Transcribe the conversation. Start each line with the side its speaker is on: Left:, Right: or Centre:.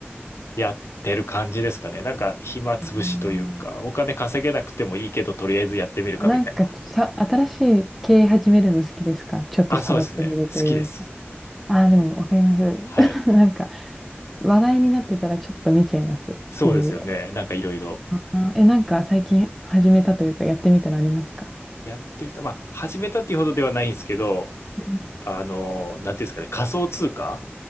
Left: やってる感じですかね。なんか暇つぶしというか、
Centre: あ
Left: お金稼げなくてもいいけど、とりあえずやってみるかみたいな。
Centre: ーなんかさ、新しい経営始めるの好きですかちょっと触ってみるというか。
Left: あ、そうですね。好きです。
Centre: ああ、でもわかります。
Left: はい。
Centre: <laughs> なんか話題になってたらちょっと見ちゃいます。
Left: そうですよね。
Centre: いろいろ。
Left: なんかいろいろ。
Centre: あー、え、なんか最近始めたというかやってみたのありますか
Left: やってみた。まあ、始めたっていうほどではないんですけど、
Centre: うん
Left: あの、なんていうんですかね、仮想通貨